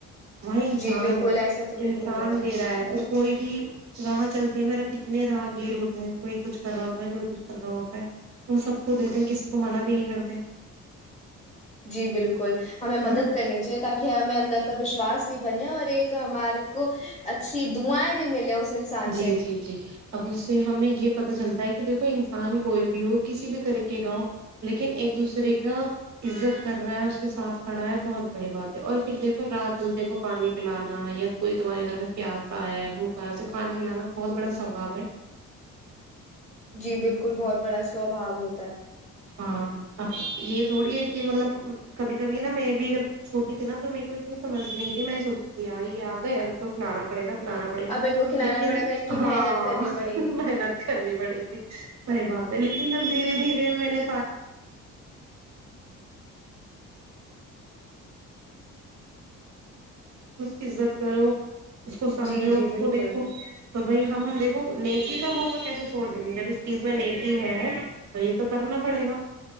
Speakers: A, on the right; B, on the left.
A: وہیں انسان
B: جی بالکل
A: ہے
B: ایسا تو بالکل
A: انسان
B: نہیں
A: دے رہا ہے اور کوئی بھی راہ چلتے میرا کتنے راہ گیر ہوتے ہیں کوئی کچھ کر رہا ہوتا ہے کوئی کچھ کر رہا ہوتا ہے وہ سب کو دیتے ہیں کسی کو منع بھی نہیں کرتے
B: جی بالکل ہمیں مدد
A: ہے نا
B: کرنی چاہیے تاکہ ہمیں اندر کا وشواس بھی بنے اور ایک ہمارے کو اچھی دعائیں بھی ملے اس انسان
A: جی
B: سے
A: جی جی اب اس سے ہمیں یہ پت چلتا ہے کہ دیکھو انسان کوئی بھی ہو کسی بھی طریقے کا ہو لیکن ایک دوسرے کا عزت کر رہا ہے اس کے ساتھ کھڑا ہے بہت بڑی بات ہے اور پھر دیکھو رات چلتے کو پانی پلانا یا کوئی تمہارے گھر میں پیاس آیا ہے بھوکا اس کھانا کھلانا بہت بڑا سثواب ہے
B: جی بالکل بہت بڑا سوباؤ ہوتا ہے
A: ہاں اب یہ تھوڑی ہے کہ مطلب کبھی کبھی نا میں بھی جب چھوٹی تھی نا تو میرے کو اتنی سمجھ نہیں تھی میں سوچتی ہ یہ آ گیا میر کو سنانا پڑے گا بلانا پڑے گا
B: اب ان کو کھلانا
A: لیکن
B: پڑے گا ان کی
A: ہاں
B: محنت کرنی پڑے گی
A: محنت کرنی پڑے گی صحیح بات لیکن جب دھیرے دھیرے میں نے ہ اس کو سمجھو
B: جی جی
A: اس کو
B: بالکل
A: دیکھو تو بھائی ہم ہم دیکھ وہ نیکی کا موقع کیسے چھوڑ دیں گے جب اس چیز میں نیکی ہے تو یہ تو کرنا ہمڑے گا